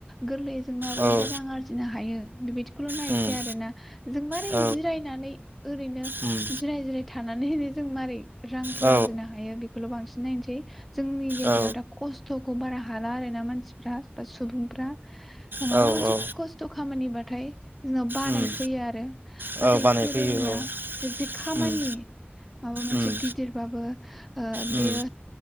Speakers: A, in the centre; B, on the right.
A: गोरलैयै जों माबोरैहाय
B: औ
A: रां आरजिनो हायो बेबायदिखौल नायनोसै
B: उम
A: आरो ना जों मारै?
B: औ
A: जिरायनानै ओरैनो
B: उम
A: जिराय जिराय थानानै जों मारै रांफोर
B: औ
A: आरजिनो हायो बेखौल बांसिन नायनोसै जोंनि गेजेराव
B: औ
A: दा खस्थखौ बारा हाला आरो ना मानसि फ्रा सुबुंफ्रा
B: औ
A: माबा मोनसे
B: औ
A: खस्थ खामानिबाथाय जोंनाव बानाय
B: उम
A: फैयो आरो
B: औ
A: नाथाय
B: बानायफैयो
A: गोदोनिया
B: औ
A: जे खामानि
B: उम
A: माबा मोनसे
B: उम
A: गिदिरबाबो ओ
B: उम
A: बेयो